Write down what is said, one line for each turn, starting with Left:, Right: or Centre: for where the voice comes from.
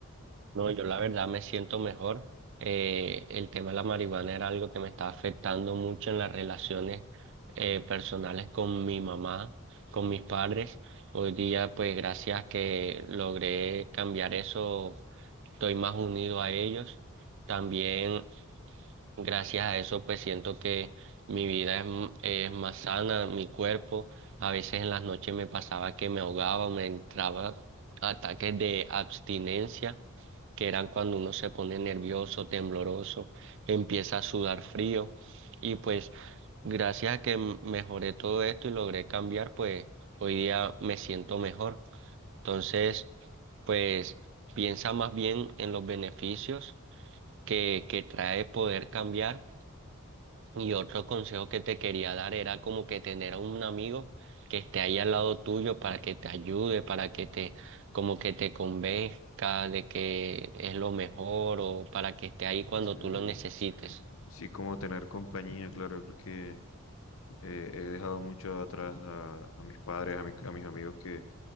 Right: No, yo la verdad me siento mejor. Eh, el tema de la marihuana era algo que me estaba afectando mucho en las relaciones eh, personales con mi mamá, con mis padres. Hoy día, pues gracias que logré cambiar eso estoy más unido a ellos. También gracias a eso pues siento que mi vida es, m- es más sana, mi cuerpo. A veces en las noches me pasaba que me ahogaba, me entraba ataques de abstinencia, que eran cuando uno se pone nervioso, tembloroso, empieza a sudar frío. Y pues gracias a que m- mejoré todo esto y logré cambiar, pues hoy día me siento mejor. Entonces, pues piensa más bien en los beneficios que, que trae poder cambiar. Y otro consejo que te quería dar era como que tener a un amigo que esté ahí al lado tuyo para que te ayude, para que te, como que te convenzca de que es lo mejor o para que esté ahí cuando
Left: Sí,
Right: tú lo necesites.
Left: sí, como tener compañía, claro, yo creo que eh, he dejado mucho atrás a, a mis padres, a mis, a mis amigos que